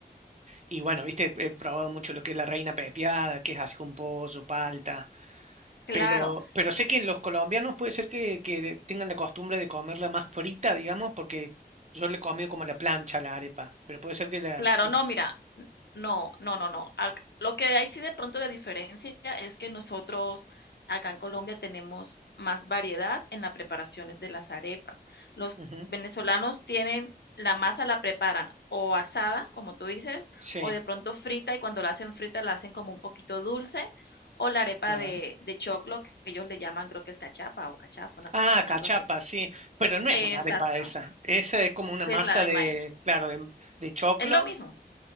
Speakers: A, on the right; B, on the left.
A: Y bueno, viste, he probado mucho lo que es la reina pepiada, que es así con pollo, palta.
B: claro.
A: Pero, pero sé que los colombianos puede ser que, que tengan la costumbre de comerla más frita, digamos, porque yo le he comido como a la plancha, a la arepa. Pero puede ser que la...
B: Claro, no, mira, n no, no, no, no. Ac lo que hay sí de pronto de diferencia es que nosotros acá en Colombia tenemos más variedad en las preparaciones de las arepas. Los
A: Ujú,
B: venezolanos tienen la masa la preparan o asada, como tú dices,
A: Sí.
B: o de pronto frita, y cuando la hacen frita la hacen como un poquito dulce, o la arepa
A: ajá.
B: de de choclo, que ellos le llaman, creo que es cachapa o cachafa, una
A: Ah,
B: cosa así,
A: cachapa,
B: algo así.
A: sí. Pero no es una
B: Exacto,
A: arepa esa. Esa es como una
B: que
A: masa
B: es la de
A: de,
B: maíz.
A: claro, de, de choclo.
B: Es lo mismo.